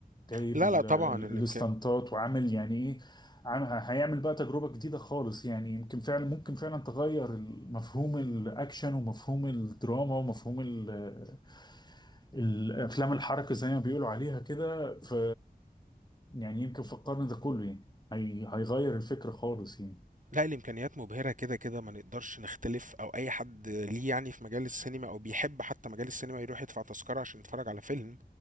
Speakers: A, on the left (about 25°); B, on the right (about 50°).
A: وجايب
B: لا
A: ال-
B: لا طبعا
A: ال-
B: الإمكانيات
A: الاستنطات وعامل يعني ايه عام- هيعمل بقى تجربة جديدة خالص يعني يمكن فعلا ممكن فعلا تغير ال- مفهوم الاكشن ومفهوم الدراما ومفهوم ال- الافلام الحركة زي ما بيقولوا عليها كده ف يعني يمكن في القرن ده كله يعني هي- هيغير الفكر خالص يعني
B: لأ، الإمكانيات مبهرة كده، كده ما نقدرش نختلف أو أي حد ليه يعني في مجال السينما أو بيحب حتى مجال السينما يروح يدفع تذكرة عشان يتفرج على فيلم،